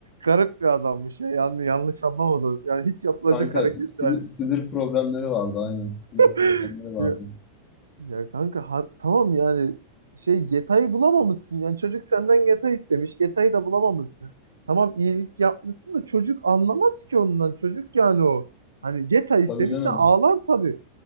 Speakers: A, on the right (about 75°); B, on the left (about 30°).
A: Garip bir adammış ya. Yani yanlış anlamadım. Yani hiç yapılacak
B: Kanka
A: hareket
B: sinir,
A: yani.
B: sinir problemleri vardı aynen. Sinir
A: <laughs>
B: problemleri vardı.
A: Ya, ya kanka ha- tamam yani şey Geta'yı bulamamışsın. Yani çocuk senden Geta istemiş. Geta'yı da bulamamışsın. Tamam iyilik yapmışsın da çocuk anlamaz ki ondan. Çocuk yani o. Hani Geta istemişse
B: Tabii canım.
A: ağlar tabii.